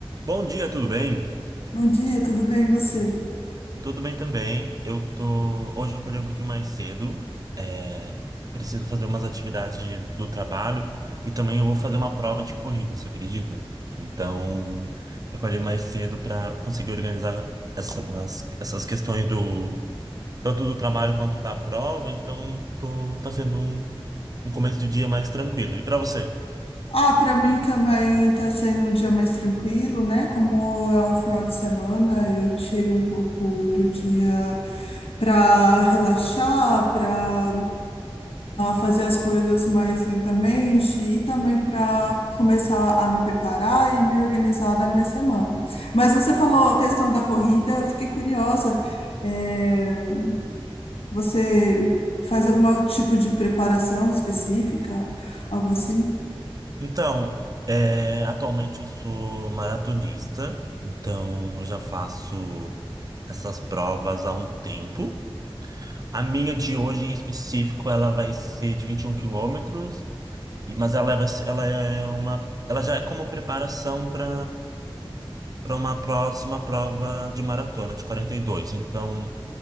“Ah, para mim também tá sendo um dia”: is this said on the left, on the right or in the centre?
Left